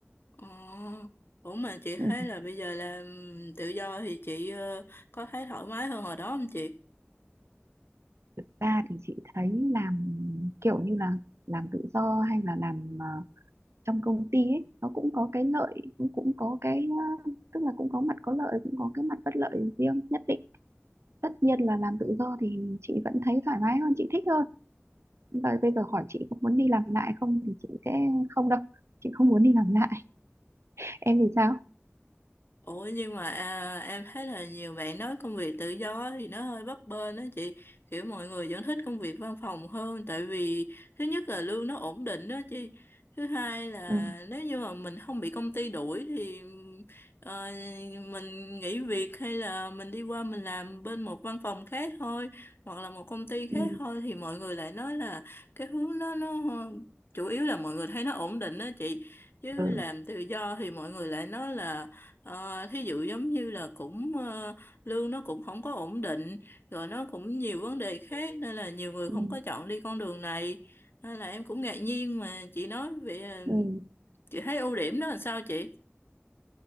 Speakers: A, on the left; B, on the right.
A: ờ, ủa mà chị
B: <laughs>
A: thấy
B: ừ.
A: là bây giờ làm tự do thì chị ờ, có thấy thoải mái hơn hồi đó không chị?
B: thực ra thì chị thấy làm kiểu như là làm tự do hay là làm ờ, trong công ty ấy nó cũng có cái lợi cũng cũng có cái ờ, tức là cũng có mặt có lợi cũng có cái mặt bất lợi riêng nhất định tất nhiên là làm tự do thì chị vẫn thấy thoải mái hơn chị thích hơn và bây giờ hỏi chị có muốn đi làm lại không thì chị sẽ không đâu chị không muốn đi làm lại <laughs> em thì sao
A: Ủa nhưng mà à, em thấy là nhiều bạn nói công việc tự do thì nó hơi bấp bênh đó chị kiểu mọi người vẫn thích công việc văn phòng hơn tại vì thứ nhất là lương nó ổn định đó chị thứ hai là
B: ừ.
A: nếu như mà mình không bị công ty đuổi thì ờ, mình nghỉ việc hay là mình đi qua mình làm bên một văn phòng khác thôi hoặc là một công ty khác
B: Ừ.
A: thôi thì mọi người lại nói là cái hướng đó nó chủ yếu là mọi người thấy nó ổn định đó chị chứ
B: ừ.
A: làm tự do thì mọi người lại nói là Ờ, thí dụ giống như là cũng ờ, lương nó cũng không có ổn định rồi nó cũng nhiều vấn đề khác nên là nhiều người
B: Ừ.
A: không có chọn đi con đường này nên là em cũng ngạc nhiên mà chị nói vậy ờ,
B: Ừ.
A: chị thấy ưu điểm đó là sao chị